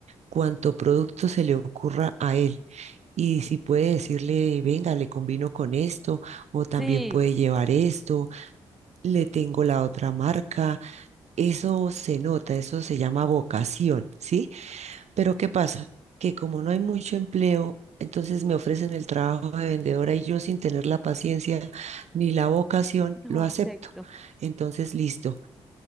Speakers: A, on the right (about 60°); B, in the centre.
A: cuanto producto se le ocurra a él. Y si puede decirle, venga, le combino con esto, o también
B: Sí,
A: puede llevar esto, le tengo la otra marca, eso se nota, eso se llama vocación, ¿sí? Pero ¿qué pasa? Que como no hay mucho empleo, entonces me ofrecen el trabajo de vendedora y yo sin tener la paciencia ni la vocación,
B: no
A: lo acepto.
B: acepto.
A: Entonces, listo.